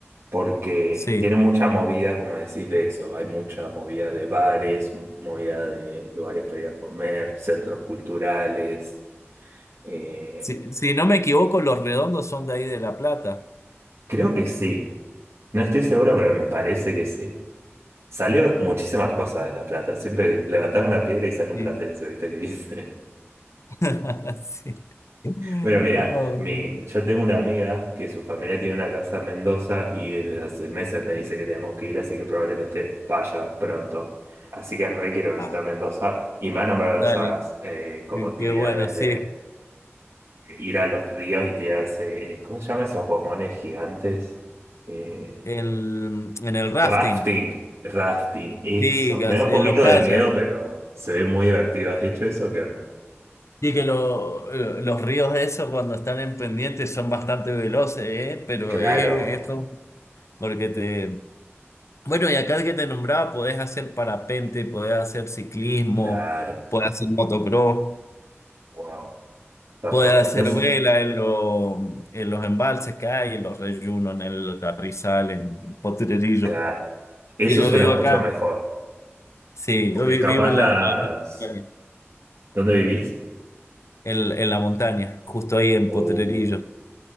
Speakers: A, on the right; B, on the left.
A: porque
B: Sí.
A: tiene mucha movida, como decís, de eso. Hay mucha movida de bares, m- movida de lugares para ir a comer, centros culturales. Eh,
B: Si, si no me equivoco, los redondos son de ahí de La Plata.
A: creo que sí. No estoy seguro, pero me parece que sí. Salió muchísimas cosas de La Plata. Siempre levantás una piedra y sale un
B: Sí.
A: platense, ¿viste qué dice? <laughs>
B: <laughs> Sí. No,
A: Bueno, mirá, mi, yo tengo una amiga que su familia tiene una casa en Mendoza y desde hace meses me dice que tenemos que ir, así que probablemente vaya pronto. Así que re quiero visitar
B: ah,
A: Mendoza y me ha nombrado
B: dale.
A: esas eh, como
B: Qué,
A: actividades
B: qué bueno, sí.
A: de ir a los ríos y tirarse, eh, ¿cómo se llama esos gomones gigantes? Eh,
B: El, en el rafting,
A: Rafting, rafting, eso.
B: digas,
A: Me da un
B: en
A: poquito
B: los kayaks.
A: de miedo, pero se ve muy divertido. ¿Has dicho eso? ¿Qué onda?
B: Y que lo- eh, los ríos esos cuando están en pendiente son bastante veloces, ¿eh? Pero
A: Claro,
B: eh, esto, porque te... Bueno, y acá que te nombraba, podés hacer parapente, podés hacer ciclismo,
A: claro.
B: podés hacer motocross,
A: Wow. Tampoco.
B: podés hacer
A: No sé,
B: vela en, lo- en los embalses que hay, en los reyunos, en el Carrizal, en Potrerillo.
A: claro. Eso
B: Y yo
A: suena
B: vivo
A: mucho
B: acá,
A: mejor.
B: sí,
A: Porque
B: yo vi-
A: capaz
B: vivo en
A: las.
B: la, en la,
A: ¿Dónde vivís?
B: en en la montaña, justo ahí en
A: Uh,
B: Potrerillo.